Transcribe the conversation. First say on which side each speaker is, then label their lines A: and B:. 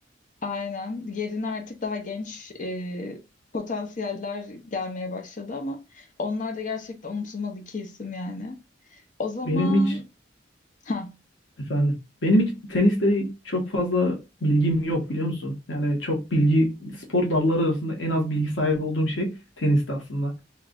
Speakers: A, on the left; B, on the left.
A: aynen. Yerine artık daha genç e, potansiyeller gelmeye başladı ama onlar da gerçekten unutulmaz iki isim yani. O zaman
B: Benim hiç
A: ha.
B: efendim benim hiç tenisle çok fazla bilgim yok biliyor musun? Yani çok bilgi spor dalları arasında en az bilgi sahibi olduğum şey tenisti aslında.